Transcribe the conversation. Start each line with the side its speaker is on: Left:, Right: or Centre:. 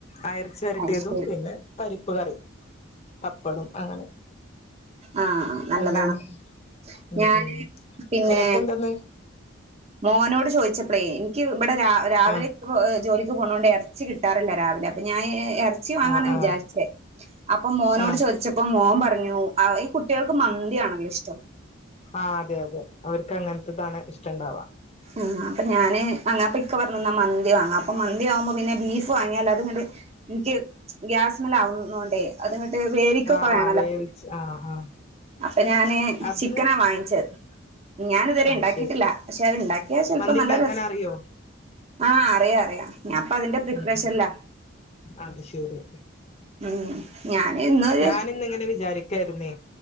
Left: ആഹ് ഏറച്ചി വരട്ടിയതും
Right: അത് ശരി
Left: പിന്നെ പരിപ്പ് കറി പപ്പടും അങ്ങനെ
Right: ആഹ നല്ലതാണ്
Left: അങ്ങനെയാണ് ഉം
Right: ഞാന്
Left: ഉം
Right: പിന്നെ
Left: നിനക്കെന്താന്ന്
Right: മോനോട് ചോയ്‌ചപ്പളേ ഇനിക്ക് ഇവിടെ രാവിലെ
Left: ആ
Right: ജോലിക്ക് പോണോണ്ട് എറചി കിട്ടാറില്ല രാവിലെ അപ്പൊ ഞാന് എ ച്ചി വാങ്ങന്നാ
Left: ആ ആ
Right: വിചാരിച്ചേ അപ്പൊ മോനോട്
Left: ആ
Right: ചോദിച്ച പ്പം മോൻ പറഞ്ഞു ആ ഈ കുട്ട്യാൾക്ക് മന്തിയാണല്ലോ ഇഷ്ടം
Left: ആ അതെ അതെ അവർക്ക് അങ്ങനത്തെതാണ് ഇഷ്ടണ്ടാവ
Right: ആ അപ്പ ഞാന് അപ്പൊ ഇക്ക പറഞ്ഞ് മന്തി വാങ്ങാം അപ്പം മന്തി ആവുമ്പ പിന്നെ ബീഫ് വാങ്ങിയാൽ അത്ങ്ങട്ട് ഇനിക്ക് ഗ്യാസ്മൽ ആവുന്നോണ്ടേ അത്ങ്ങട്ട് വേവിക്കൊക്കെ
Left: ആ
Right: വേണല്ലോ.
Left: ആ വേവിച്ച് ആ ആ
Right: അപ്പൊ ഞാന്
Left: അത്
Right: ചിക്കനാ വാങ്ങിച്ചത് ഞാനിത് വരെ
Left: അത്
Right: ഇണ്ടാക്കിട്ടില്ല
Left: ശരി
Right: ക്ഷെ അത് ഇണ്ടാക്കിയാ ചെൽപോ
Left: മന്തി
Right: നല്ല
Left: ഉണ്ടാക്കാൻ
Right: രസ
Left: അറിയോ
Right: ആഹ് അറിയ അറിയാ ഞാൻപ്പ അതിന്റെ പ്രിപ്പറേഷനിലാ
Left: ഉം അത് ശരി
Right: ഉം ഞാന് ഇന്നൊരു
Left: ഞാനിന്നിങ്ങനെ വിചാരിക്കാര്ന്നേ